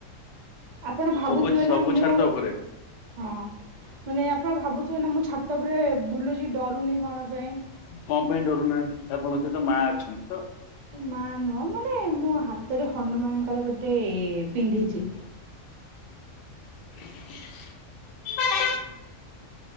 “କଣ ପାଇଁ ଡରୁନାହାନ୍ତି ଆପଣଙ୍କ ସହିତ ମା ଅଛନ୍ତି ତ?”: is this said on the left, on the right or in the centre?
Left